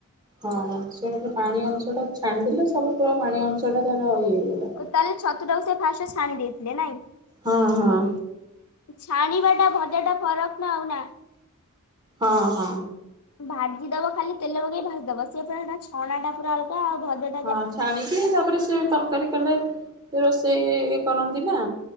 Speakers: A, on the right; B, on the left.
A: ହଁ ସେମିତି ପାଣି ଅଂଶ ଟା ଛାଣ୍ଡଦେଲେ ସବୁ ପୁରା ପାଣି ଅଂଶ ଟା ତାର ଇଏ ହେଇଗଲା।
B: ତାହେଲେ ଛତୁଟାକୁ ସେ ଫାଷ୍ଟ ଛାଣି ଦେଇଥିଲେ ନାଇଁ।
A: ହଁ ହଁ।
B: ଛାଣିବା ଟା ଭଜା ଟା ଫରକ ନା ଆଉ ନା।
A: ହଁ ହଁ।
B: ଭାଜିଦବ ଖାଲି ତେଲ ପକେଇ ଭାଜିଦବ ସେ ପୁରା ହେଟା ଛଣା ଟା ପୁରା ଅଲଗା ଆଉ ଭଜା ଟା
A: ହଁ ଛାଣିକି ତାପରେ ସେ ତରକାରୀ କଲେ ସେ ରୋଷେଇ କରନ୍ତି ନା।